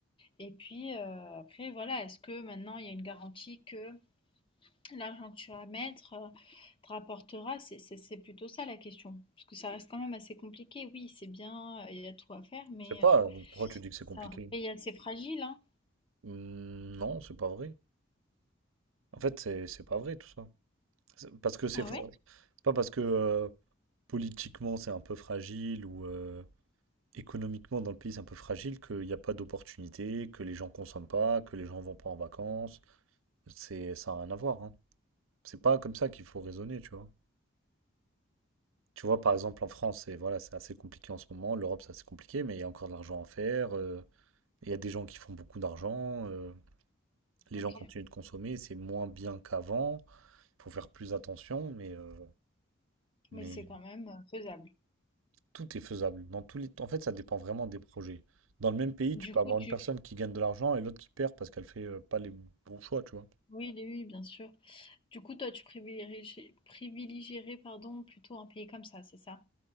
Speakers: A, on the left (about 25°); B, on the right (about 75°).
A: et puis, heu, après voilà, est-ce que maintenant il y a une garantie que L'argent que tu vas mettre euh, te rapportera, c'est c'est- c'est plutôt ça la question. Parce que ça reste quand même assez compliqué. Oui, c'est bien, euh, il y a tout à faire, mais
B: Je sais pas,
A: euh,
B: euh, pourquoi tu dis que c'est compliqué?
A: c'est un pays assez fragile, hein.
B: Hum, non, c'est pas vrai. En fait, c'est c'est pas vrai tout ça. C'est- Parce que c'est
A: Ah
B: fa-
A: ouais?
B: c'est pas parce que euh, politiquement c'est un peu fragile ou euh, économiquement dans le pays c'est un peu fragile qu'il n'y a pas d'opportunités, que les gens consomment pas, que les gens vont pas en vacances. C'est ça n'a rien à voir. hein. C'est pas comme ça qu'il faut raisonner, tu vois. Tu vois, par exemple, en France, c'est voilà, c'est assez compliqué en ce moment. L'Europe, c'est assez compliqué, mais il y a encore de l'argent à faire. euh, Il y a des gens qui font beaucoup d'argent. euh, les
A: Ok.
B: gens continuent de consommer. C'est moins bien qu'avant. Il faut faire plus attention, mais, euh,
A: Mais
B: mais
A: c'est quand même euh, faisable.
B: tout est faisable. Dans tous les... En fait, ça dépend vraiment des projets. Dans le même pays,
A: Du
B: tu peux
A: coup,
B: avoir
A: tu...
B: une personne qui gagne de l'argent et l'autre qui perd parce qu'elle fait euh, pas les bons choix, tu vois.
A: Oui, oui, oui, bien sûr. Du coup, toi, tu privilégierais, privilégierais, pardon, plutôt un pays comme ça, c'est ça?